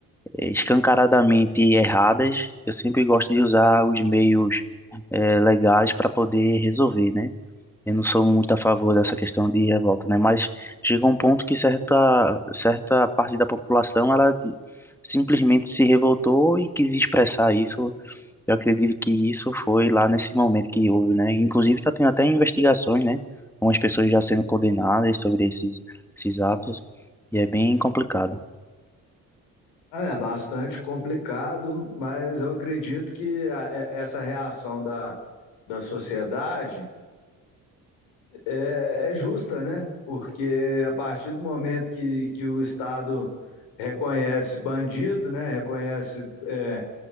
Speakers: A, in the centre; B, on the left (about 80°).
A: escancaradamente erradas, eu sempre gosto de usar os meios é, legais para poder resolver, né? Eu não sou muito a favor dessa questão de revolta, né? Mas chega um ponto que certa, certa parte da população, ela de- simplesmente se revoltou e quis expressar isso eu acredito que isso foi lá nesse momento que houve, né? Inclusive está tendo até investigações, né? Algumas pessoas já sendo condenadas sobre esses, esses atos e é bem complicado.
B: É é bastante complicado, mas eu acredito que a- é- essa reação da, da sociedade é, é justa, né? Porque a partir do momento que, que o Estado reconhece bandido, né? Reconhece é,